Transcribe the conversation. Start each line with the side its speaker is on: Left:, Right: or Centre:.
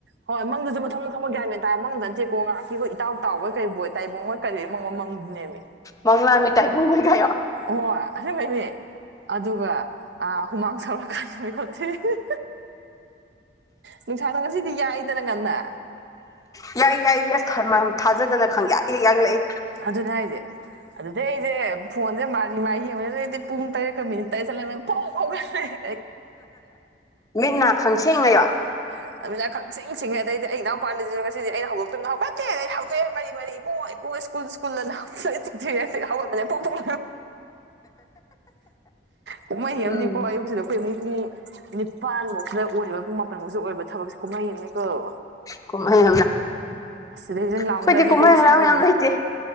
Right: ꯍꯣꯏ ꯃꯪꯗꯨꯁꯨ ꯃꯊꯪ ꯃꯊꯪꯗ ꯌꯥꯏ ꯃꯦꯟꯥꯔ ꯃꯪꯗ ꯅ ꯊꯦꯛꯀꯣ ꯉꯥꯏꯥꯛꯀꯤꯈꯣꯏ ꯏꯇꯥꯎ ꯇꯥꯎꯕꯣꯏꯩ ꯑꯣꯏꯣꯏ ꯇꯥꯏꯕꯣꯡ ꯍꯣꯏ ꯀꯔꯤ ꯃꯉꯝ ꯅꯦꯝꯃꯤ
Left: ꯃꯪꯂꯥꯅ ꯇꯥꯏꯕꯕꯨꯣꯏꯒꯣ
Right: ꯍꯣꯏ ꯑꯗꯨ ꯂꯩꯅꯤ ꯑꯗꯨꯒ ꯍꯨꯃꯥꯡ ꯁꯧꯔꯛꯀꯥꯟꯗꯅꯤ ꯈꯣꯠꯇꯔꯤ ꯅꯨꯡꯁꯥꯗꯣ ꯉꯁꯤꯗꯤ ꯌꯥꯏꯗꯅ ꯉꯟꯅ
Left: ꯌꯥꯏ ꯌꯥꯏꯌꯦ ꯑꯁ ꯊꯥꯖꯗꯅ ꯈꯪꯌꯥꯛ ꯍꯦꯛ ꯌꯥꯛꯂꯛꯑꯦ
Right: ꯑꯗꯨꯅ ꯍꯥꯏꯗꯤ ꯑꯗꯨꯗꯩ ꯑꯩꯁꯦ ꯐꯣꯟꯁꯦ ꯃꯥꯔꯤ ꯃꯥ ꯌꯦꯡꯕꯗ ꯑꯩꯗꯤ ꯄꯨꯡ ꯇꯔꯦꯠꯀ ꯃꯤꯅꯤꯠ ꯇꯔꯦꯠ ꯆꯠꯂꯝꯃꯦ ꯐꯥꯎ ꯐꯥꯎꯂꯦ
Left: ꯃꯤꯠꯅ ꯈꯪꯁꯤꯡꯌꯣ
Right: <unintelligible> ꯑꯗꯨꯅ ꯈꯪ ꯁꯤꯡ ꯁꯤꯡꯉꯦ ꯑꯩꯗꯤ ꯑꯩ ꯏꯅꯥꯎꯄꯄꯥꯗ ꯉꯁꯤꯗꯤ ꯑꯩꯅ ꯍꯧꯒꯛꯇꯅ ꯍꯧꯒꯠꯇꯦ ꯑ ꯍꯧꯑꯦ ꯃꯔꯤ ꯃꯔꯤ ꯕꯣꯏꯕꯣꯏ ꯁ꯭ꯀꯨꯜ ꯀꯨꯂ ꯆꯦ ꯍꯧꯒꯗꯅꯦ ꯐꯨꯝꯐꯨꯝ ꯀꯨꯝꯍꯩ
Left: ꯎꯝ
Right: ꯑꯃꯅꯤꯀꯣ ꯑꯌꯨꯛꯁꯤꯗ ꯑꯩꯈꯣꯏ ꯃꯨꯛꯀꯤ ꯅꯤꯄꯥꯟꯃꯧꯁꯤꯗ ꯑꯣꯏꯔꯤꯕ ꯄꯨꯡ ꯃꯥꯄꯟꯐꯧꯁꯤꯗ ꯑꯣꯏꯔꯤꯕ ꯊꯕꯛꯁꯦ ꯀꯨꯝꯍꯩꯅꯦ ꯀꯜ
Left: ꯀꯨꯝꯍꯩ
Right: ꯁꯤ ꯂꯩꯁꯤ
Left: ꯑꯩꯈꯣꯏꯗꯤ
Right: ꯂꯥꯎꯅꯔꯤꯕ
Left: ꯀꯨꯝꯍꯩ
Right: ꯏꯁꯧ
Left: ꯍꯔꯥꯎ ꯌꯥꯝ ꯂꯩꯇꯦ